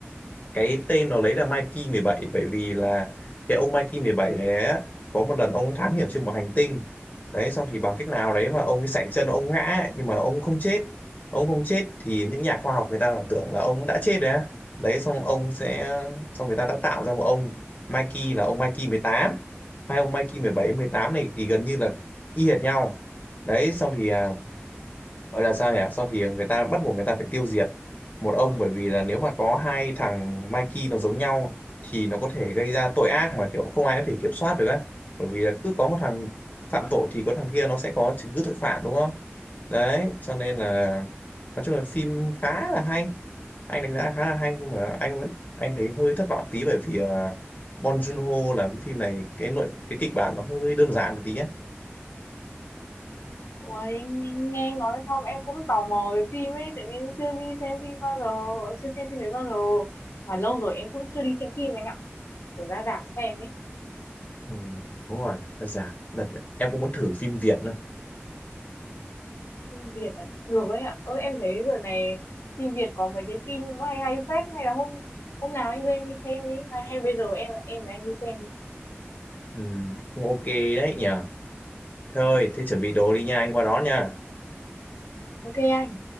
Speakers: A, on the left (about 35°); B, on the left (about 75°).
A: cái tên nó lấy là Mikey 17 bởi vì là cái ông Mikey 17 đấy á, có một lần ông thám hiểm trên một hành tinh đấy xong thì bằng cách nào đấy mà ông ấy sảy chân ông ngã ấy, nhưng mà ông không chết ông không chết thì những nhà khoa học người ta tưởng là ông đã chết rồi á đấy xong ông sẽ xong người ta đã tạo ra một ông Mikey là ông Mikey 18 hai ông Mikey 17 18 này thì gần như là y hệt nhau đấy xong thì à, gọi là sao nhỉ xong thì người ta bắt buộc người ta phải tiêu diệt một ông bởi vì là nếu mà có hai thằng Mikey nó giống nhau thì nó có thể gây ra tội ác mà kiểu không ai có thể kiểm soát được á bởi vì là cứ có một thằng phạm tội thì có thằng kia nó sẽ có chứng cứ tội phạm đúng không đấy cho nên là nói chung là phim khá là hay anh đánh giá khá là hay nhưng mà anh vẫn anh thấy hơi thất vọng tí bởi vì à, Bong Joon-ho làm cái phim này cái nội cái kịch bản nó hơi đơn giản một tí á
B: Ôi, em nghe nghe nói xong em cũng tò mò về phim ấy. Tại vì em chưa đi xem phim bao giờ, ờ, chưa xem phim đấy bao giờ. Mà lâu rồi em cũng chưa đi xem phim anh ạ. Kiểu ra rạp xem ấy.
A: Ừ, đúng rồi, đơn giản. Đợt, em cũng muốn thử phim Việt nữa.
B: phim Việt ạ được ấy ạ ơ em thấy giờ này phim Việt có mấy cái phim hay hay phết hay là hôm hôm nào anh đưa em đi xem đi à, hay bây giờ em em với anh đi xem đi
A: Ừ, cũng ok đấy nhỉ. Thôi, thế chuẩn bị đồ đi nha, anh qua đón nha.
B: ok anh